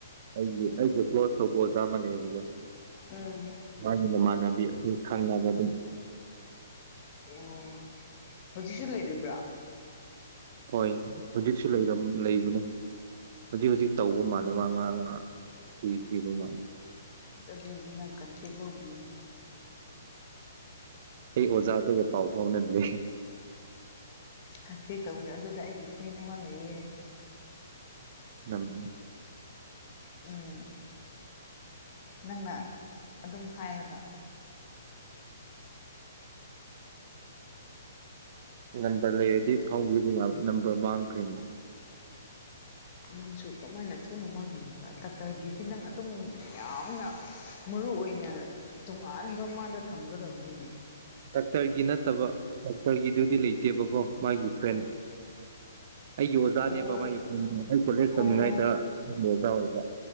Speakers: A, on the right (about 45°); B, on the left (about 40°).
A: ꯑꯩꯒꯤ ꯑꯩꯁꯦ ꯀ꯭ꯂꯣꯔ ꯇꯧꯕ ꯑꯣꯖꯥ ꯑꯃꯅꯦ ꯍꯧꯦ
B: ꯎꯝ
A: ꯃꯥꯒꯤ ꯃꯃꯥꯟꯅꯕꯤ ꯑꯩꯣꯏ ꯈꯪꯉꯒ ꯑꯗꯨꯝ
B: ꯑꯣ ꯍꯧꯖꯤꯛꯁꯨ ꯂꯩꯔꯤꯕ꯭ꯔꯥ
A: ꯍꯣꯏ ꯍꯧꯖꯤꯛꯁꯨ ꯂꯩꯕꯅꯣ ꯍꯧꯖꯤꯛ ꯍꯧꯖꯤꯛ ꯇꯧꯕ ꯃꯥꯜ ꯃꯥ ꯉꯥꯏꯍꯥꯛ ꯉꯥꯏꯍꯥꯛ ꯀꯨꯏ ꯊꯨꯕ ꯃꯥꯜꯂ
B: ꯑꯁ ꯑꯗꯨꯖꯤ ꯅꯪ ꯀꯟꯊꯦꯛ ꯂꯧꯕꯤꯌꯨꯅꯦ
A: ꯑꯩ ꯑꯣꯖꯥꯗꯨꯒ ꯄꯥꯎ ꯐꯥꯎꯅꯗ꯭ꯔꯤ
B: ꯀꯟꯇꯦꯛ ꯇꯧꯕꯤꯌꯨ ꯑꯗꯨꯗ ꯑꯩꯒꯤ ꯐ꯭ꯔꯦꯟ ꯑꯃ ꯂꯩꯌꯦꯦ
A: ꯎꯝ
B: ꯎꯝ ꯅꯪꯅ ꯑꯗꯨꯝ ꯍꯥꯏꯔꯒ
A: ꯅꯝꯕꯔ ꯂꯩꯔꯗꯤ ꯐꯥꯎꯕꯤꯔꯤ ꯅꯝꯕꯔ ꯃꯥꯡꯈ꯭ꯔꯦꯅꯦ
B: ꯅꯪꯁꯨ ꯀꯃꯥꯏꯅ ꯊꯨꯅ ꯃꯥꯡꯍꯟꯕꯥ ꯗꯥꯛꯇꯔꯒꯤꯗꯤ ꯅꯪ ꯑꯗꯨꯝ ꯌꯥꯝꯅ ꯃꯔꯨ ꯃꯔꯨ ꯑꯣꯏꯅ ꯇꯣꯉꯥꯟꯕ ꯃꯥꯗ ꯊꯝꯒꯗꯕꯅꯤꯅꯦ
A: ꯗꯥꯛꯇꯔꯒꯤ ꯅꯠꯇꯕ ꯗꯥꯛꯇꯔꯒꯤꯗꯨꯗꯤ ꯂꯩꯇꯦꯕꯀꯣ ꯃꯥꯒꯤ ꯐ꯭ꯔꯦꯟ
B: ꯑ
A: ꯑꯩꯒꯤ ꯑꯣꯖꯥꯅꯦꯕ
B: ꯑꯣ
A: ꯃꯥꯒꯤ ꯑꯩ ꯀꯣꯂꯦꯖ
B: ꯑꯣ
A: ꯇꯝꯃꯤꯉꯩꯗ ꯑꯩꯒꯤ ꯑꯣꯖꯥ ꯑꯣꯏꯕ